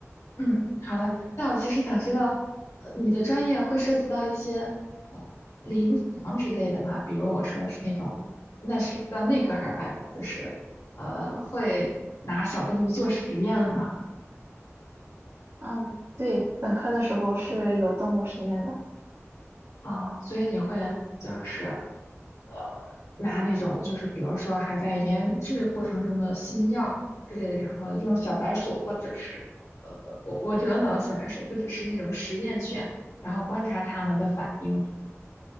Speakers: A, on the left; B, on the right.
A: 嗯，好的。那我其实想知道，呃，你的专业会涉及到一些呃临床之类的吗？比如我说的是那种，那是算内科还是外科？就是呃，会拿小动物做实验吗？
B: 嗯，对，本科的时候是有动物实验的。
A: 哦，所以你会就是呃，拿那种就是比如说还在研制过程中的新药之类的，然后用小白鼠或者是呃，我我只能想到小白鼠或者是那种实验犬，然后观察它们的反应，对吧？